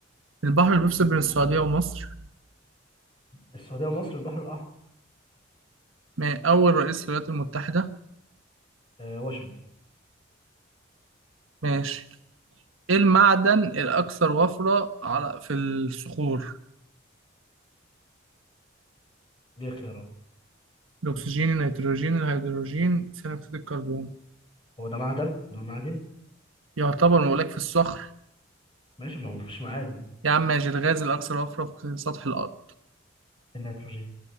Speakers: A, on the right; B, on the left.
A: البحر اللي بيفصل بين السعودية ومصر
B: السعودية ومصر البحر الأحمر
A: ما أول رئيس للولايات المتحدة
B: آه واشنطن
A: ماشي إيه المعدن الأكثر وفرة على في الصخور
B: دي اختيارات
A: الأكسجين النيتروجين الهيدروجين ثاني أكسيد الكربون
B: هو ده معدن دول معادن
A: يعتبر مولاك في الصخر
B: ماشي ما هو مش معادن
A: يا عم ماشي الغاز الأكثر وفرة في سطح الأرض
B: النيتروجين